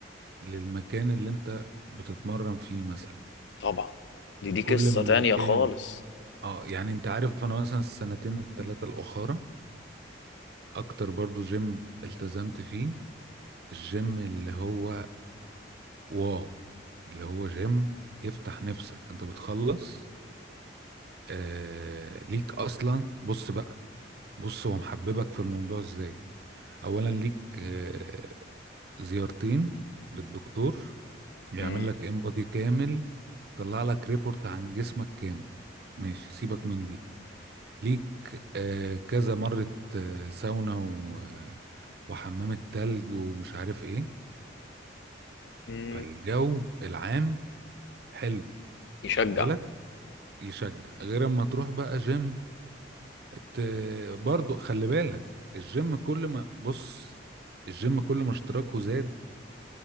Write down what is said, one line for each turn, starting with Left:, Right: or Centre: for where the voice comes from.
Right: للمكان اللي انت بتتمرن فيه مثلا
Left: طبعا دي دي قصه
Right: كل ما المكان
Left: تانية خالص
Right: اه يعني انت عارف انا مثلا السنتين التلاتة الاخرى اكتر برضه جيم التزمت فيه الجيم اللي هو واو اللي هو جيم يفتح نفسك انت بتخلص آه ليك اصلا بص بقى بص هو محببك في الموضوع ازاي اولا ليك آه، زيارتين للدكتور يعمل
Left: مم.
Right: لك انبادي كامل يطلع لك ريبورت عن جسمك كامل ماشي سيبك من دي ليك آه، كذا مرة آه، ساونا و- آه، وحمام التلج ومش عارف ايه
Left: مم.
Right: فالجو العام حلو
Left: يشجع
Right: واخد بالك يشجع غير اما تروح بقى جيم ت... برضو خلي بالك الجيم كل ما بص الجيم كل ما اشتراكه زاد